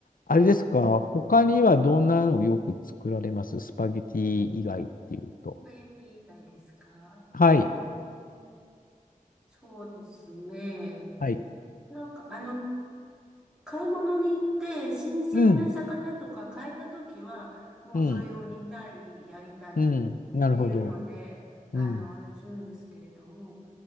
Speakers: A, on the left (about 80°); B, in the centre.
A: あれですか、他にはどんなのをよく作られますスパゲティ以外っていうと。
B: うんスパゲティ以外ですかうーん、
A: はい。
B: そうですね。
A: はい。
B: なんか、あの、買い物に行って、新鮮な魚とか買えたときは、
A: うん。
B: もうそれを煮たり、
A: うん。
B: 焼いたりっていうので、
A: うん。なるほど。
B: あの、
A: うん。
B: あれするんですけれども、